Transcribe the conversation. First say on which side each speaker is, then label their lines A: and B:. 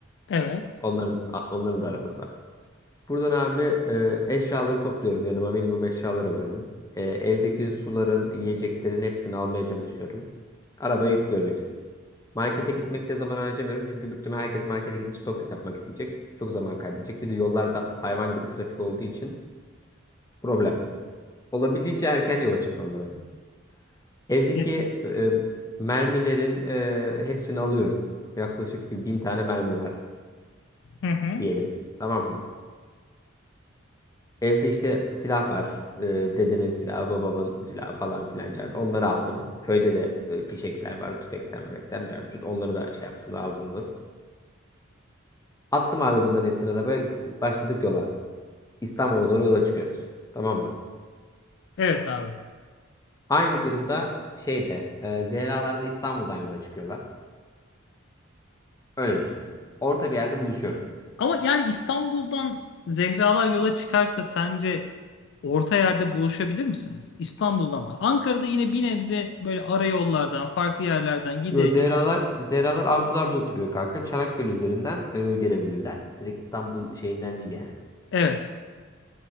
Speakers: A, on the left; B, on the left.
A: Evet.
B: Onların onların da arabası var. Buradan abi e, eşyaları topluyorum yanıma. Minimum eşyalar alıyorum. E, evdeki suların, yiyeceklerin hepsini almaya çalışıyorum. Arabaya yüklüyorum hepsini. Markete gitmekte zaman harcamıyorum. Çünkü büyük ihtimal herkes markete gidip stok yapmak isteyecek. Çok zaman kaybedecek. Bir de yollarda hayvan gibi trafik olduğu için problem. Olabildiğince erken yola çıkmam lazım. Evdeki
A: Kesin.
B: e, mermilerin e, hepsini alıyorum. Yaklaşık bir bin tane mermi var
A: Hı hı.
B: diyelim. Tamam mı? Evde işte silah var. Ee, dedemin silahı, babamın silahı falan filan. car- Onları aldım. Köyde de e, fişekler var, tüfekler, müfekler, carcut. Onları da şey yaptım lazım olur. Attım abi bunların hepsini arabaya. Başladık yola. İstanbul'a doğru yola çıkıyoruz. Tamam mı?
A: Evet abi.
B: Aynı durumda şeyde e, Zehralar da İstanbul'dan yola çıkıyorlar. Öyle düşün. Orta bir yerde buluşuyoruz.
A: Ama yani İstanbul'dan Zehralar yola çıkarsa sence orta yerde buluşabilir misiniz? İstanbul'dan mı? Ankara'da yine bir nebze böyle ara yollardan, farklı yerlerden gide
B: Yo, Zehralar,
A: gide.
B: Zehralar Avcılar'da oturuyor kanka. Çanakkale üzerinden e, gelebilirler. Direkt İstanbul şeyinden değil yani.
A: Evet.